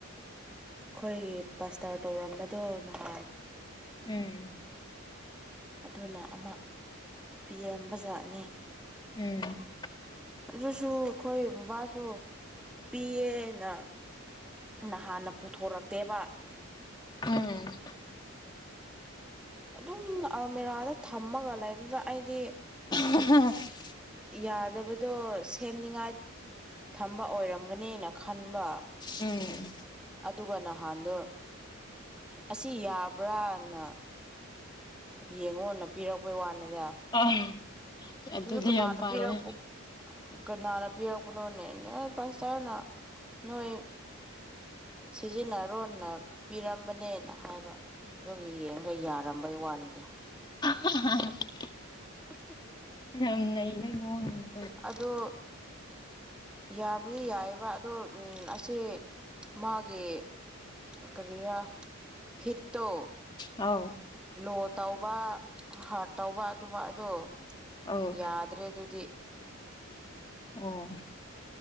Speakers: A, in the centre; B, on the left (about 20°).
A: ꯑꯈꯣꯏꯒꯤ ꯄꯥꯁꯇꯔ ꯇꯧꯔꯝꯕꯗꯣ ꯅꯍꯥꯟ
B: ꯎꯝ
A: ꯑꯗꯨꯅ ꯑꯃ ꯄꯤꯔꯝꯕ ꯖꯥꯠꯅꯤ
B: ꯎꯝ
A: ꯑꯗꯨꯁꯨ ꯑꯈꯣꯏ ꯕꯥꯕꯥꯁꯨ ꯄꯤꯌꯦꯅ ꯅꯍꯥꯟꯅ ꯄꯨꯊꯣꯔꯛꯇꯦꯕ
B: ꯎꯝ
A: ꯑꯗꯨꯝ ꯑꯜꯃꯦꯔꯥꯗꯥ ꯊꯝꯃꯥꯒ ꯂꯩꯕꯗꯨꯗ ꯑꯩꯗꯤ
B: <unintelligible>
A: ꯌꯥꯗꯕꯗꯣ ꯁꯦꯝꯅꯤꯉꯥꯏ ꯊꯝꯕ ꯑꯣꯏꯔꯝꯒꯥꯅꯤꯅ ꯈꯟꯕ
B: ꯎꯝ
A: ꯑꯗꯨꯒꯥ ꯅꯍꯥꯟꯗꯣ ꯑꯁꯤ ꯌꯥꯕ꯭ꯔꯥꯅ ꯌꯦꯡꯉꯣꯅ ꯄꯤꯔꯛꯄꯩ ꯋꯥꯅꯦꯗ
B: ꯑꯥ ꯑꯗꯨꯗꯤ
A: ꯀꯅꯥꯅ
B: ꯌꯥꯝ ꯐꯥꯔꯦ
A: ꯄꯤꯔꯛꯄ ꯀꯅꯥꯅ ꯄꯤꯔꯛꯄꯥꯅꯣꯅꯦ ꯄꯥꯁꯇꯔꯅ ꯅꯣꯏ ꯁꯤꯖꯤꯟꯅꯔꯣꯅ ꯄꯤꯔꯝꯕꯅꯦꯅ ꯍꯥꯏꯕ ꯑꯗꯨꯒ ꯌꯦꯡꯉꯥꯒ ꯌꯥꯔꯝ ꯕꯥꯩ ꯋꯥꯟꯅꯦ
B: ꯍ ꯍꯥ <unintelligible>
A: <inaudible>
B: ꯌꯥꯝ ꯅꯩꯕꯩ ꯃꯑꯣꯡꯅꯤꯅꯦ
A: ꯑꯗꯣ ꯌꯥꯕꯨꯗꯤ ꯌꯥꯏꯑꯦꯕ ꯑꯗꯣ ꯎꯝ ꯑꯁꯤ ꯃꯥꯒꯤ ꯀꯔꯤꯔ ꯍꯤꯠꯇꯣ
B: ꯑꯥꯎ
A: ꯂꯣ ꯇꯧꯕ ꯍꯥꯔꯠ ꯇꯧꯕ ꯑꯗꯨꯝꯕ ꯑꯗꯣ
B: ꯑꯧ
A: ꯌꯥ ꯗ꯭ꯔꯦ ꯑꯗꯨꯗꯤ
B: ꯑꯣ